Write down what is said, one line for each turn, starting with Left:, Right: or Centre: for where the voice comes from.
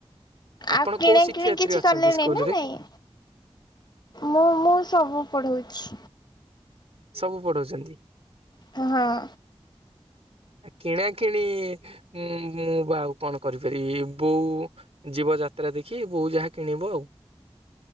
Right: ଆପଣ
Left: ଆଉ କିଣା
Right: କୋଉ ଶିକ୍ଷୟିତ୍ରୀ
Left: କିଣି କିଛି
Right: ଅଛନ୍ତି
Left: କଲେଣି
Right: ସ୍କୁଲ
Left: ନା
Right: ରେ?
Left: ନାଇଁ, ମୁଁ ମୁଁ ସବୁ ପଢଉଛି।
Right: ସବୁ ପଢଉଛନ୍ତି।
Left: ହଁ
Right: କିଣା କିିଣି ମୁଁ ବା ଆଉ କଣ କରିପାରିବି, ବୋଉ ଯିବ ଯାତ୍ରା ଦେଖି ବୋଉ ଯାହା କିଣିବ ଆଉ।